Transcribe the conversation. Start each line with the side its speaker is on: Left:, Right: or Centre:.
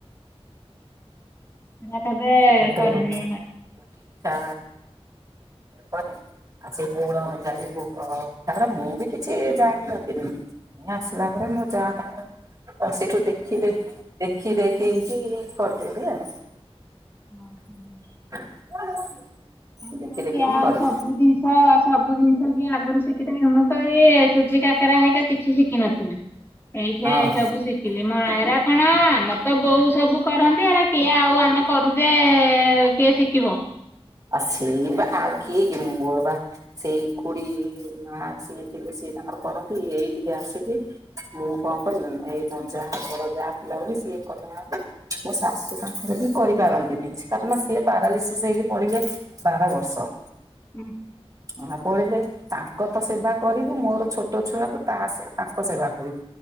Left: ନା କେବେ
Right: <unintelligible>
Left: କରିନି
Right: ଟା ପରେ ସେ <unintelligible> ପୋ ତାପରେ ମୁଁ ବି କିଛି ଜାଣିନଥିଲି। ମୁଁ ଆସିଲା ପରେ ମୁଁ ଯା ତାଙ୍କର। ଆଉ ସେଇଠୁ ଦେଖିଦେଖି, ଦେଖିଦେଖିି କି କରିଦେବି ଆଉ।
Left: ହୁଁ।
Right: <unintelligible>
Left: <unintelligible>
Right: ଦେଖି ଦେଖିକି
Left: ଆଉ
Right: କରେ
Left: ସବୁ ଜିନିଷ ସବୁ ଜିନିଷ ବି ଆ ଆଗରୁ ଶିଖିଥାଏ ମୁଁ ତ ଏଇ ସୁଜି କାକରା ହେରିକା କିଛି ଶିଖିିନଥିଲି। ଏଇଠେ
Right: ହଁ
Left: ସବୁ ଶିଖିଲି ମ ହେରା କଣ ଆମର ତ ବୋଉ ସବୁ କରନ୍ତି ହେରା କିଏ ଆଉ ଆମେ କରୁଚେ କିଏ ଶିଖିବ?
Right: ଆଉ ସେଇ ବା ଆଉ କିଏ କି ମୋର ବା ସେଇ ଖୁଡି ମା ଆସିଲେ ସିଏ ତାଙ୍କର କରନ୍ତି ଏଇଠିକେ ଆସିବେ ମୁଁ କଣ କଲି ଏଇ ଯାହା ଘର ଯାହା ପିଲା ବୋଲି ସିଏ କଲା। ମୋ ଶାଶୁ ତାଙ୍କର ବି କରିପାରନ୍ତିନି କାରଣ ସିଏ ପାରାଲିସିସ୍ ହେଇକି ପଡିଲେ। ବାର ବର୍ଷ।
Left: ହୁଁ।
Right: ମା ପଡିଲେ ତାଙ୍କ ତ ସେବା କରିବୁ ମୋର ଛୋଟ ଛୁଆକୁ ତା ତାଙ୍କ ସେବା କରିବୁ।